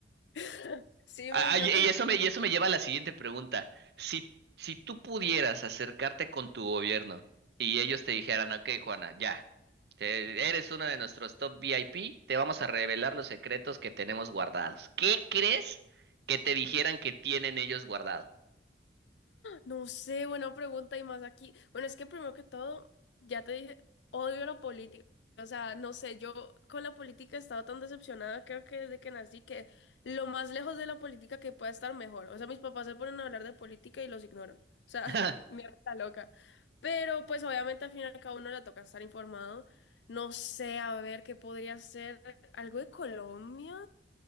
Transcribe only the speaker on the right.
Ah,
ah, y y eso me, y eso me lleva a la siguiente pregunta. Si, si tú pudieras acercarte con tu gobierno y ellos te dijeran, ok, Juana, ya, te- eres uno de nuestros top VIP, te vamos a revelar los secretos que tenemos guardados. ¿Qué crees que te dijeran que tienen ellos guardado?
<laughs>